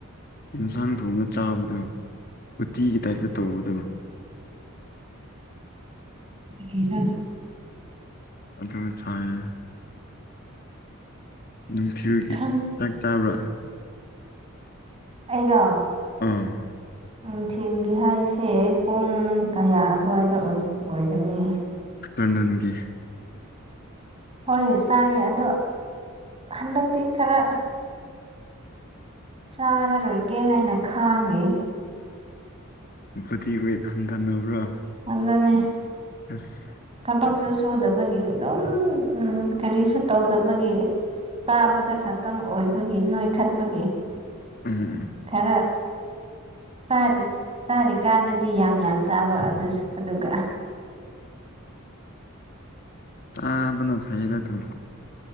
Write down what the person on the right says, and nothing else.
ꯀꯔꯤꯔ
ꯈꯪ
ꯑꯩꯔꯣ
ꯅꯨꯡꯊꯤꯟꯒꯤ ꯍꯥꯏꯁꯦ ꯄꯨꯡ ꯀꯌꯥ ꯑꯗꯨꯋꯥꯏꯗ ꯑꯣꯏꯒꯅꯤ
ꯍꯣꯏ ꯆꯥꯏꯌꯦ ꯑꯗꯣ ꯍꯟꯗꯛꯇꯤ ꯈꯔ ꯆꯥꯔꯔꯣꯏꯒꯦ ꯍꯥꯏꯅ ꯈꯥꯡꯔꯤ
ꯑꯗꯨꯅꯦ
ꯊꯕꯛꯁꯨ ꯁꯨꯗꯕꯒꯤ ꯑꯗꯨꯝ ꯎꯝ ꯀꯔꯤꯁꯨ ꯇꯧꯗꯕꯒꯤ ꯆꯥꯕꯗ ꯈꯛꯇꯪ ꯑꯣꯏꯕꯒꯤ ꯅꯣꯏꯈꯠꯄꯒꯤ
ꯈꯔ ꯆꯥꯔꯤ ꯆꯥꯔꯤꯀꯥꯟꯗꯗꯤ ꯌꯥꯝ ꯌꯥꯝ ꯆꯥꯕ ꯑꯗꯨꯁꯨ ꯑꯗꯨꯒ